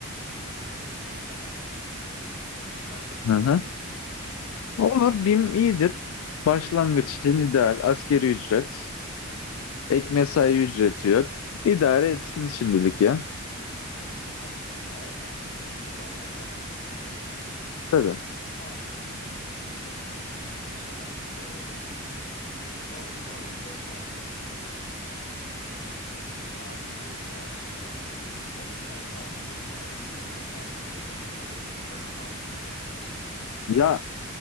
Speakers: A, on the left; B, on the left.
A: gitsin BİM'de işe başlasın. Başlasın
B: Hı hı.
A: mı abi?
B: Olur. BİM iyidir. Başlangıç için ideal. Askeri ücret. Ek mesai ücreti yok. İdare etsin şimdilik ya.
A: Abi şimdilik hayata bir yerden başlamak lazım.
B: Tabii.
A: Abi Türk kedisi BİM'de işe başlıyor. Baloyu maloyu boş vermiş gitmiş. Abi ilk maaşıyla 12 ay vadeye girip kendisine bir iPhone 15 Pro Max Max alsın mı kül kedimiz?
B: Ya